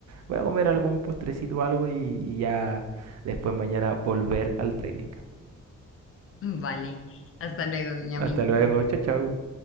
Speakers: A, on the right; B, on the left.
A: Voy a comer algún postrecito o algo y, y ya después mañana volver al training.
B: <laughs> Vale, hasta luego, Benjamín,
A: Hasta
B: que
A: luego,
B: estés
A: chao,
B: bien.
A: chao.